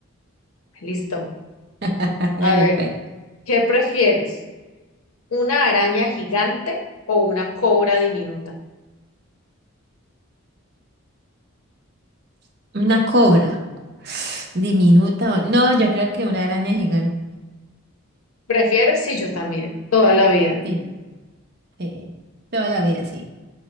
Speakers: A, on the left; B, on the right.
A: Listo.
B: <laughs> Dale
A: A ver,
B: pues.
A: ¿qué prefieres? ¿Una araña gigante o una cobra diminuta?
B: Una cobra. Diminuta. o- No, yo creo que una araña gigante.
A: ¿Prefieres? Sí, yo también, toda la vida.
B: Sí, sí. Toda la vida sí.